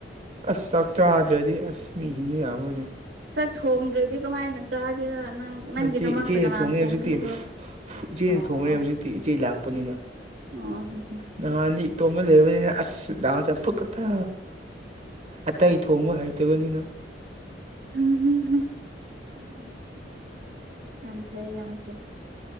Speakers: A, on the right (about 40°); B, on the right (about 80°).
A: ꯑꯁ ꯆꯥꯛ ꯆꯥꯗ꯭ꯔꯗꯤ ꯑꯁ ꯃꯤ ꯍꯤꯡꯅ ꯌꯥꯕꯔꯥꯅꯦ
B: ꯆꯥꯛ ꯊꯣꯡꯗ꯭ꯔꯗꯤ ꯀꯃꯥꯏꯅ ꯆꯥꯒꯦꯔ ꯅꯪ ꯅꯪꯒꯤꯗꯃꯛꯇ
A: ꯅꯠꯇꯦ ꯏꯆꯦꯅ
B: ꯀꯅꯥꯅ
A: ꯊꯣꯡꯉꯦ
B: ꯊꯣꯡꯕꯤꯕ꯭ꯔꯣ
A: ꯍꯧꯖꯤꯛꯇꯤ <unintelligible> ꯏꯆꯦꯅ
B: ꯑꯣ
A: ꯊꯣꯡꯉꯦ ꯍꯧꯖꯤꯛꯇꯤ ꯏꯆꯦ ꯂꯥꯛꯄꯅꯤꯅ
B: ꯑꯣ ꯍꯥ ꯍꯥ
A: ꯅꯍꯥꯟꯗꯤ ꯏꯇꯣꯝꯅ ꯂꯩꯔꯕꯅꯤꯅ ꯑꯁ ꯗꯥꯜ ꯆꯝꯐꯨꯠ ꯈꯛꯇ ꯑꯇꯩ ꯊꯣꯡꯕ ꯍꯩꯇꯕꯅꯤꯅ
B: <unintelligible> ꯌꯥꯝ ꯐꯩ ꯌꯥꯝ ꯐꯩ